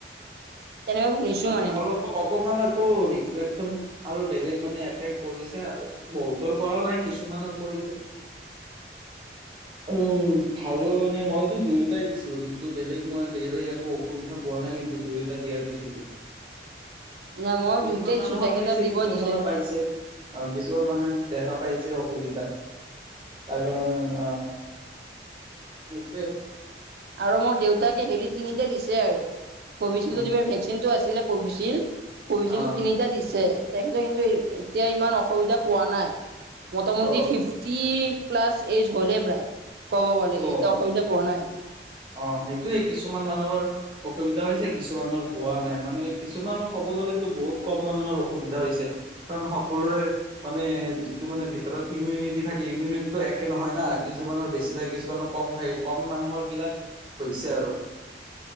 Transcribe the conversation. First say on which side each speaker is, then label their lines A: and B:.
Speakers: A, on the right; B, on the right.
A: তেনেকে শুনিছো
B: মানে অলপ
A: মই।
B: অকমান আকৌ ৰিফ্লেকচন আৰু বেলেগ মানে এফেক্ট কৰিছে আৰু বহুতৰ কৰা নাই কিছুমানৰ কৰিছে। আৰু উম ভাল মানে মইটো দুয়োটাই দিছিলো কিন্তু বেলেগ মই বেলেগ একো অসুবিধা পোৱা নাই কিন্তু দুয়োটা দিয়াৰ পিছতো।
A: নাই মই
B: কিছুমান
A: দিওঁতে দিছো
B: মানুহৰ
A: তেখেতে
B: হৈছে
A: দিব
B: কিছুমান
A: দিছে।
B: মানুহে পাইছে অ কিছুমান মানুহে দেখা পাইছে। অসুবিধা তাৰ কাৰণ অ। সেইটোৱেই।
A: আৰু মই দেউতাকে হেৰি তিনিটা দিছে আৰু, কবিছিলে
B: আহ
A: দিবা ভেক্সিনটো আঁচ ছিলে কোভিছিল কোভিছিল
B: আহ
A: তিনিটা দিছে তেখেতে কিন্তু এতিয়া ইমান অসুবিধা পোৱা নাই মোটামুটি
B: অ
A: ফিফটি প্লাছ এইজ হ'লেই প্ৰায় ক'ব গ'লেগে
B: অ
A: এতিয়া অসুবিধা পোৱা নাই
B: অ সেইটোৱে কিছুমান মানুহৰ অসুবিধা হৈছে কিছুমানৰ হোৱা নাই মানে কিছুমানৰ ক'ব ক'ব গলেতো বহুত কম মানুহৰ অসুবিধা হৈছে কাৰণ সকলোৰে মানে যিটো মানে ভিতৰত ইমিউনিটি থাকে ইমিউনিটিটো একে নহয় না কিছুমানৰ বেছি থাকে কিছুমানৰ কম থাকে কম মানুহৰ বিলাক হৈছে আৰু